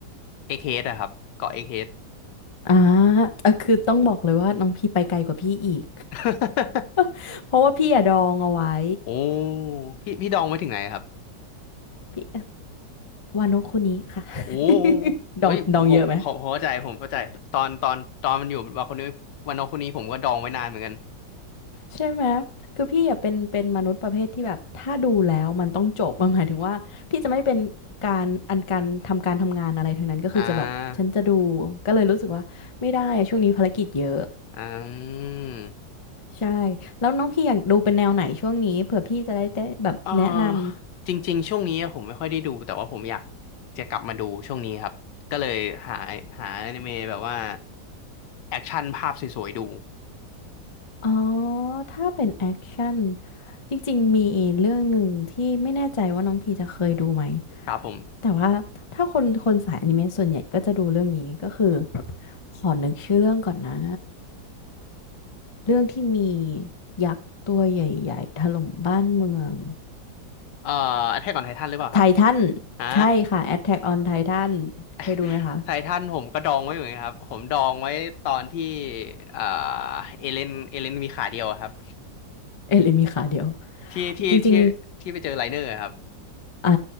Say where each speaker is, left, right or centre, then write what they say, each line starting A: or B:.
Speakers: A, on the left (about 80°); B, on the left (about 40°).
A: เอ็กเฮดอะครับเกาะเอ็กเฮด
B: อ่าเออคือต้องบอกเลยว่าน้องพี่ไปไกลกว่าพี่อีก
A: <laughs>
B: <laughs> เพราะว่าพี่อะดองเอาไว้
A: โอ้พี่พี่ดองไว้ถึงไหนครับ
B: พี่ วาโนคุนิค่ะ
A: โอ้
B: <laughs>
A: เอ้ยผมผมผมเข้าใจผมเข้าใจตอนตอนตอนมันอยู่วันคนนี้วันน้องคนนี้ผมก็ดองไว้นานเหมือนกัน
B: ดองดองเยอะไหมใช่ไหมคือพี่อะเป็นเป็นมนุษย์ประเภทที่แบบถ้าดูแล้วมันต้องจบมันหมายถึงว่าพี่จะไม่เป็นการอันการทำการทำงานอะไรทั้งนั้นก็คือจะแบบฉันจะดูก็เลยรู้สึกว่าไม่ได้อะช่วงนี้ภารกิจเยอะ
A: อ่าอืม
B: ใช่แล้วน้องพี่อยากดูเป็นแนวไหนช่วงนี้เผื่อพี่จะได้ได้แบบแนะนำ
A: เออจริงๆ ช่วงนี้ผมไม่ค่อยได้ดูแต่ว่าผมอยากจะกลับมาดูช่วงนี้ครับก็เลยหาหาอนิเมะแบบว่าแอคชั่นภาพสวยๆดู
B: อ๋อถ้าเป็นแอคชั่นจริงๆมีเรื่องหนึ่งที่ไม่แน่ใจว่าน้องพี่จะเคยดูไหม
A: ครับผม
B: แต่ว่าถ้าคนคนสายอนิเมะส่วนใหญ่ก็จะดูเรื่องนี้ก็คือขอนึกชื่อเรื่องก่อนนะเรื่องที่มียักษ์ตัวใหญ่ๆถล่มบ้านเมือง
A: เอ่อแท็กออนไททันหรือเปล่าครับ
B: ไททัน
A: อ่า
B: ใช่ค่ะ Attack on Titan
A: <laughs>
B: เคยดูไหมคะ
A: ไททันผมก็ดองไว้เหมือนกันครับผมดองไว้ตอนที่เอ่อเอเลนเอเลนมีขาเดียวอะครับ
B: เอเินมีขาเดียว
A: ที่ที่ที่ที่ไปเจอไลเนอร์อะครับ
B: จริงๆอ่า